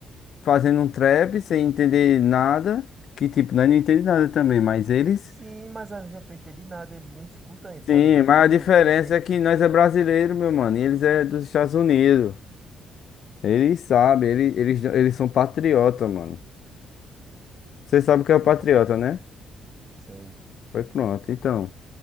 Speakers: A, on the left (about 65°); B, on the right (about 30°).
A: fazendo um trap sem entender nada, que tipo, nós não entendemos nada também, mas eles
B: Sim, mas a gente não entende nada, eles não escutam isso, pode
A: sim,
B: ver
A: mas
B: que
A: a
B: o
A: diferença
B: que tem,
A: é que nós é brasileiro, meu mano, e eles é dos Estados Unidos. Eles sabem, eles, eles, eles são patriota, mano. Você sabe o que é
B: tem,
A: patriota,
B: com certeza,
A: né?
B: sei.
A: Foi pronto, então.